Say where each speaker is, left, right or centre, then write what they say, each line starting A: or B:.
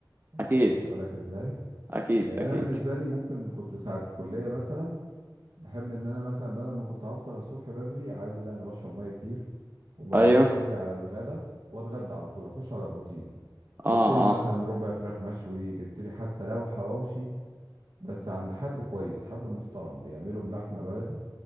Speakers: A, on the right (about 85°); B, on the right (about 30°).
A: انت
B: أكيد
A: واخد بالك ازاي
B: أكيد
A: آه،
B: أكيد
A: انا بالنسبة لي ممكن كنت ساعة كلية مثلا بحب ان انا مثلا بدل ما كنت هفطر الصبح بدري عادي لا انا بشرب ميه كتير وبعدين
B: أيوه
A: اجي على الغدا واتغدى على طول اخش على بروتين جبت
B: أه
A: لي مثلا
B: أه
A: ربع فراخ مشوي جبت لي حتى لو حواوشي بس عند حد كويس حد محترم بيعمله بلحمه بلدي